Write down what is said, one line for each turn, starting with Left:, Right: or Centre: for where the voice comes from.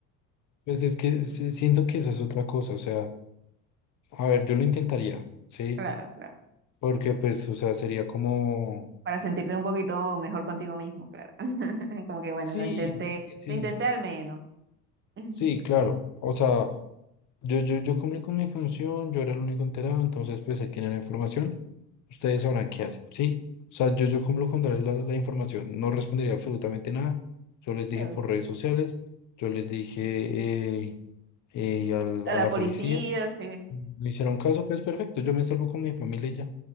Left: pues es que si- siento que esa es otra cosa, o sea, a ver, yo lo intentaría, ¿sí?
Right: Claro, claro.
Left: Porque, pues, o sea, sería como...
Right: Para sentirte un poquito mejor contigo mismo, claro. <laughs> Como que bueno,
Left: Sí,
Right: lo intenté,
Left: sí, sí.
Right: lo intenté al menos. <laughs>
Left: Sí, claro. O sea, Yo, yo, yo cumplí con mi función, yo era el único enterado, entonces pues él tiene la información, ustedes sabrán qué hacen, ¿sí? O sea, yo, yo cumplo con darles la, la información, no respondería absolutamente nada, yo les dije
Right: Claro.
Left: por redes sociales, yo les dije eh, eh, al-
Right: A
Left: a
Right: la
Left: la
Right: policía,
Left: policía,
Right: sí,
Left: me hicieron caso, pues perfecto, yo me salvo con mi familia y ya,